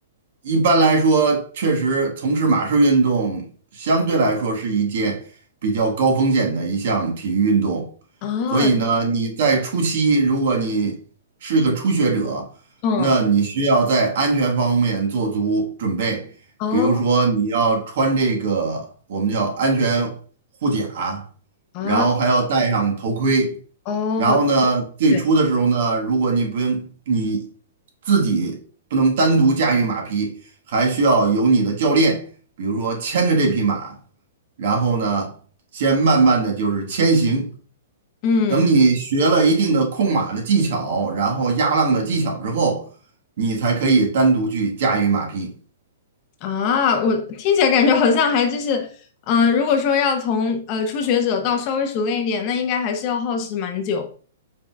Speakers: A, on the right (about 60°); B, on the left (about 35°).
A: 一般来说，确实从事马术运动相对来说是一件比较高风险的一项体育运动，
B: 啊。
A: 所以呢，你在初期，如果你是个初学者，
B: 嗯，
A: 那你需要在安全方面做足准备，
B: 哦
A: 比如说你要穿这个我们叫安全护甲，
B: 啊，
A: 然后还要戴上头盔。
B: 哦。哦
A: 然后呢，最初的时候呢，
B: 对，
A: 如果你不你自己不能单独驾驭马匹，还需要有你的教练，比如说牵着这匹马，然后呢，先慢慢的就是牵行。
B: 嗯
A: 等你学了一定的控马的技巧，然后压浪的技巧之后，你才可以单独去驾驭马匹。
B: 啊，我听起来感觉好像还就是，嗯、如果说要从呃初学者到稍微熟练一点，那应该还是要耗时蛮久。